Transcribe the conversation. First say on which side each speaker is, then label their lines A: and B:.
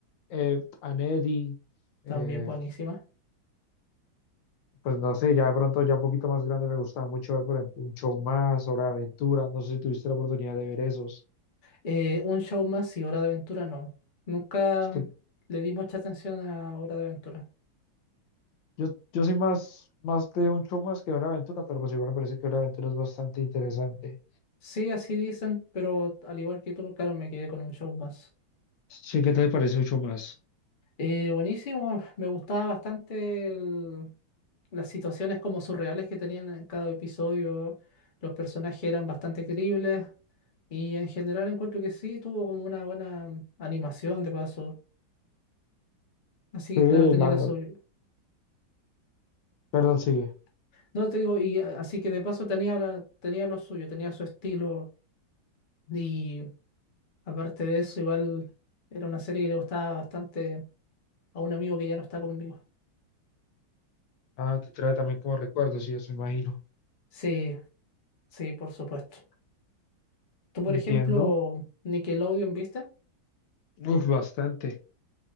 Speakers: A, on the left; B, on the left.
A: Ed and Eddie, eh,
B: También buenísima.
A: pues no sé, ya de pronto ya un poquito más grande me gustaba mucho ver, por ejemplo, un show más, Hora de Aventura, no sé si tuviste la oportunidad de ver esos.
B: Eh, un show más y Hora de Aventura no. Nunca
A: Es que
B: le di mucha atención a Hora de Aventura.
A: yo, yo soy más, más de un show más que Hora de Aventura, pero pues igual me parece que Hora de Aventura es bastante interesante.
B: Sí, así dicen, pero al igual que tú, claro, me quedé con un show más.
A: Sí, ¿qué te parece un show más?
B: Eh, buenísimo, me gustaba bastante el- las situaciones como surreales que tenían en cada episodio. Los personajes eran bastante creíbles y en general encuentro que sí, tuvo como una buena animación de paso. Así
A: Sí,
B: que claro, tenía
A: claro.
B: la suyo
A: Perdón, sigue.
B: No, te digo, y a- así que de paso tenía, la- tenía lo suyo, tenía su estilo Y aparte de eso, igual era una serie que le gustaba bastante a un amigo que ya no está conmigo.
A: Ah, te trae también como recuerdos, sí, eso imagino.
B: Sí, sí, por supuesto. Tú, por
A: Entiendo.
B: ejemplo, Nickelodeon, ¿viste?
A: Uf, bastante,